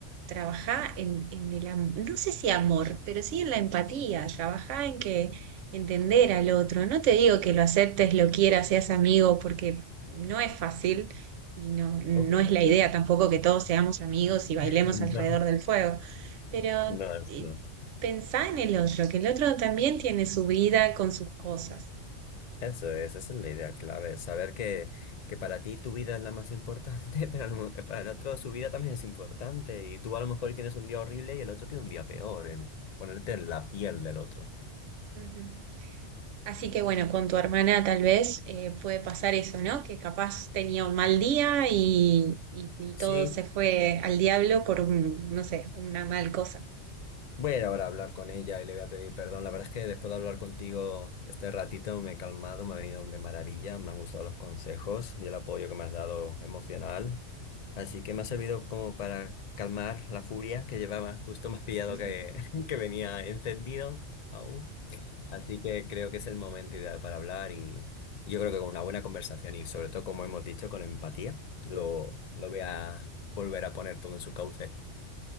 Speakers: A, on the right (about 75°); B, on the left (about 50°).
A: trabajar en, en el amor, no sé si amor, pero sí en la empatía, trabajar en que entender al otro. No te digo que lo aceptes, lo quieras, seas amigo, porque no es fácil y no, no
B: Ok.
A: es la idea tampoco que todos seamos amigos y bailemos
B: <laughs> No,
A: alrededor del fuego, pero
B: no, eso
A: eh,
B: no.
A: Pensá en el otro, que el otro también tiene su vida con sus cosas.
B: Eso es, esa es la idea clave, saber que, que para ti tu vida es la más importante, <laughs> pero a lo mo- para el otro su vida también es importante y tú a lo mejor tienes un día horrible y el otro tiene un día peor, en ponerte en la piel del otro.
A: Ujú. Así que bueno, con tu hermana tal vez eh, puede pasar eso, ¿no? Que capaz tenía un mal día y, y- y
B: Sí,
A: todo se fue al diablo por un, no sé, una mal cosa.
B: Voy a ir ahora a hablar con ella y le voy a pedir perdón. La verdad es que después de hablar contigo este ratito me he calmado, me ha venido de maravilla, me han gustado los consejos y el apoyo que me has dado emocional. Así que me ha servido como para calmar la furia que llevaba. Justo más pillado
A: <laughs>
B: que, <laughs> que venía encendido aún. Así que creo que es el momento ideal para hablar y y yo creo que con una buena conversación y sobre todo, como hemos dicho, con empatía, lo, lo voy a volver a poner todo en su cauce.